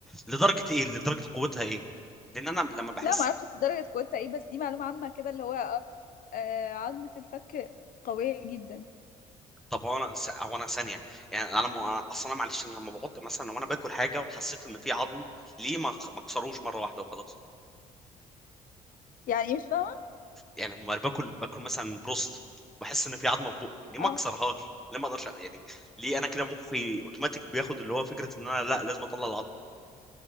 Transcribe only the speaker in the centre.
لدرجه ايه لدرجه قوتها ايه لان انا لما بحس
طب هو انا س- هو انا ثانيه يعني انا م... اصلا معلش انا لما بحط مثلا لو انا باكل حاجه وحسيت ان في عظم ليه ما ما اكسروش مره واحده وخلاص
يعني لما باكل باكل مثلا بروست بحس ان في عظمه في بقي ليه ما
اكسرهاش ليه ما اقدرش أ- يعني ليه انا كده مخي اوتوماتيك بياخد اللي هو فكره ان انا لا لازم اطلع العظم